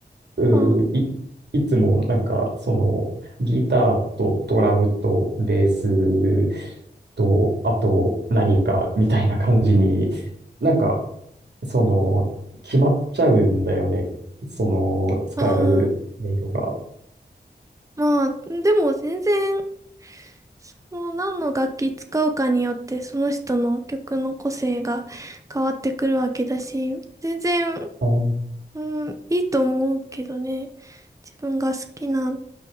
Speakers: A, on the right; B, on the right.
A: うーい、
B: あ
A: いつもなんか、その、ギターとドラムとベースと、あと何かみたいな感じに、なんか、その、決まっちゃうんだよね。その、使う音色が。
B: あ、ああ。まあ、でも全然、その何の楽器使うかによって、その人の曲の個性が変わってくるわけだし、全然、
A: あー
B: うん、いいと思うけどね。自分が好きな音